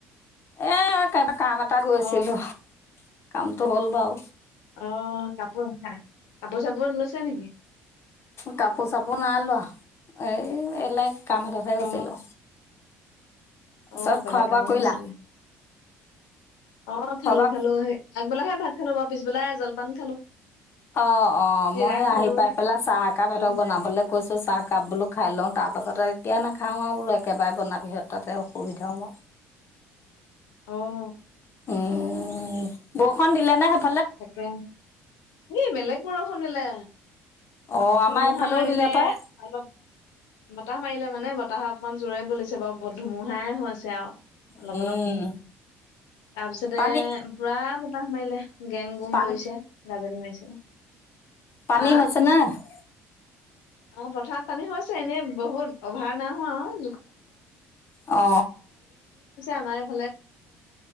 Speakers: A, on the left; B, on the left.
A: এ কা- কাম এটা গৈছিলো।
B: অ
A: কামটো হ'ল বাও।
B: অহ কাপোৰ <unintelligible> কাপোৰ চাপোৰ লৈছে নেকি?
A: কাপোৰ চাপোৰ নাই লোৱা এই এলাগ কাম এটাত হে
B: অ
A: গৈছিলো।
B: অ
A: চব
B: বেলেগ
A: খোৱা
B: কামত
A: বোৱা কৰিলা?
B: গৈছিলে অ খালো
A: খোৱা বোৱা
B: খালো আগবেলাহে ভাত- খালো বা পিছবেলাই জলপান খালো।
A: অ অ
B: চিৰা
A: মই
B: খালো
A: আহি পাই পেলাই চাহ এক একাপ সিহঁতক
B: দৈ
A: বনাবলৈ কৈছো চাহকাপ বোলো খাই লওঁ তাৰ পাছত এতিয়া নাখাওঁ আৰু বোলো একেবাৰে বনাবিহত তাতে অসুবিধাও মো।
B: অহ
A: উম বৰষুণ দিলে নে সে-
B: সক্ৰম <unintelligible> এ বেলেগ বৰষুন দিলে।
A: অ', আমাৰ
B: ধুমুহা
A: এইফালেও
B: মাৰিলে
A: দিলে পাই।
B: অলপ বতাহ মাৰিলে। মানে বতাহ অকমান জোৰে বলছে বাৰু ধুমুহাই হৈছে। আৰু, অলপ
A: উম,
B: অলপ তাৰপিছতে
A: পানী
B: পুৰা বতাহ মাৰিলে। গেং গুং
A: পান
B: কৰিছে গাজনি মাৰিছে
A: পানী
B: আহ
A: হৈছে নে। <unintelligible>
B: অ পথাৰত পানী হৈছে এনেই। বহুত অভাৰ না হোৱা আও।
A: অ।
B: আমাৰে।